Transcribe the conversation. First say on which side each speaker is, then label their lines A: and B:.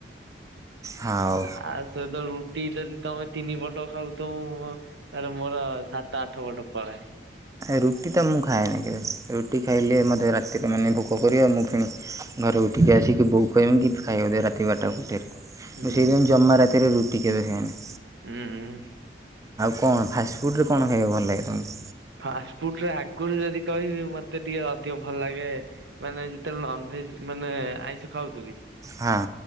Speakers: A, on the right; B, on the right.
A: ହଉ
B: ତା ସହିତ ରୁ ଟି ଯଦି ତମେ ତିନି ପଟ ଖାଉଥିବ, ତାହେଲେ ମୋର ସାତ ଆଠ ପଟ ପଳାଏ।
A: ରୁଟି ତ ମୁଁ ଖାଏ ନା କେବେ ରୁଟି ଖାଇଲେ ମଧ୍ୟ ରାତିରେ ମାନେ ଭୋକ କରିବ ମୁଁ କିଣି ଘରେ ଉଠିକି ଆସିକି ବୋଉ କହିବି କି ଖାଇବାକୁ ଦେ ରାତି ବାରଟା ଗୋଟେରେ ମୁଁ
B: ହୁଁ
A: ସେଇଥିପାଇଁ ଜମା ରାତିରେ ଟିକେ ଦେଖଏନି।
B: ଉୁଁ ହୁଁ।
A: କଣ ଫାଷ୍ଟଫୁଡ଼ରେ କଣ ଖାଇବାକୁ ଭଲ ଲାଗେ? ତୁମକୁ
B: ଫାଷ୍ଟ ଫୁଡରେ ଆଗରୁ ଯଦି କହିବେ ମତେ ଏତେ ଟିକେ ଅଧିକ ଭଲ ଲାଗେ ମାନେ ଯେତେବେଳେ ନନଭେଜ୍ ମାନେ ଆଇଁଷ ଖାଉଥିଲି।
A: ହଁ